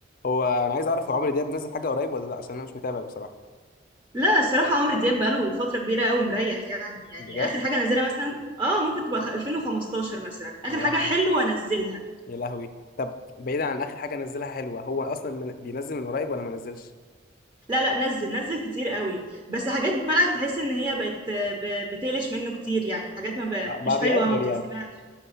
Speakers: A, on the left; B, on the right.
A: هو انا عايز اعرف هو عمرو دياب نزل حاجه قريب ولا لا عشان انا مش متابع بصراحه
B: لا الصراحة عمرو دياب بقاله فترة كبيرة قوي مريح يعني يعني
A: بجد
B: آخر حاجة نزلها مثلا اه ممكن تبقى خ- 2015 مثلا آخر
A: يا
B: حاجة
A: لهوي
B: حلوة انزلها
A: يا لهوي طب بعيدا عن اخر حاجه نزلها حلوه هو اصلا من... بينزل من قريب ولا ما نزلش
B: لا لا نزل نزل كتير قوي بس حاجات بقى تحس ان هي بقت آه، ب- بتقلش منه كتير يعني حاجات ما بقى
A: بقى
B: مش حلوة
A: بيأفور
B: ما بتتسمعش
A: يعني